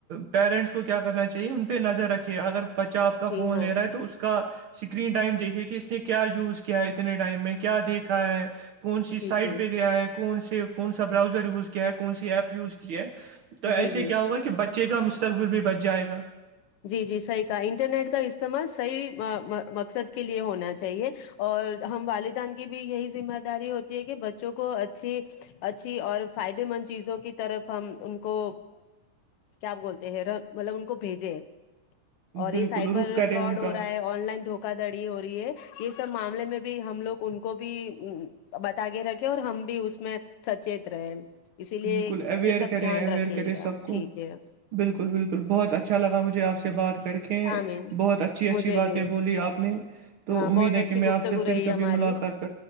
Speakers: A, on the right; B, on the left.
A: پیرنٹس کو کیا کرنا چاہیے ان پہ نظر رکھے اگر بچہ آپ کا
B: جی
A: فون
B: ہاں
A: لے رہا ہے تو اس کا اسکرین ٹائم دیکھیے کہ اس نے کیا یوز کیا ہے اتنے ٹائم میں کیا دیکھا ہے کون سی سائڈ
B: جی جی
A: پہ گیا ہے تو کون سے کون سا براؤزر یوز کیا ہے کون سی ایپ یوز کی ہے تو ایسے
B: جی جی
A: کیا ہوا کہ کہ بچے کا مستقبل بھی بچ جائے گا
B: جی جی صحیح کہا انٹرنیٹ کا استعمال صحیح ما ما مقصد کے لیے ہونا چاہیے اور ہم والدان کی بھی یہی ذمہ داری ہوتی ہے کہ بچوں کو اچھی اچھی اور فائدے مند چیزوں کی طرف ہم ان کو کیا بولتے ہیں مطلب ان کو بھیجے اور
A: بالکل
B: یہ سائبر
A: رخ کرے
B: فراڈ
A: ان کا
B: ہو رہا ہے آن لائن دھوکا دھڑی ہو رہی ہے یہ سب معاملے میں بھی ہم لوگ ان کو بھی بتا کے رکھے اور ہم بھی اس میں سچیت رہے اسی لیے
A: بالکل اویئر
B: یہ سب
A: کرے
B: دھیان
A: اویئر
B: رکھیے
A: کرے
B: گا
A: سب کو
B: ٹھیک ہے
A: بالکل بالکل بہت اچھا لگاجھے آپ سے بات کر کے
B: آمین
A: بہت اچھی اچھی
B: مجھے
A: باتیں
B: بھی
A: بولی آپ نے تو
B: ہاں
A: امید
B: بہت
A: ہے
B: اچھی
A: کہ میں
B: گفتگو
A: آپ سے
B: رہی
A: پھر کبھی
B: ہماری
A: ملاقات کر